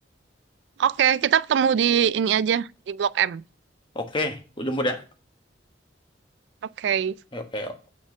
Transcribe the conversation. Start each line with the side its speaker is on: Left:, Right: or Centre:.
Right: Oke, kita ketemu di ini aja di Blok M.
Left: Oke, aku jemput ya.
Right: Oke.
Left: Oke, oke.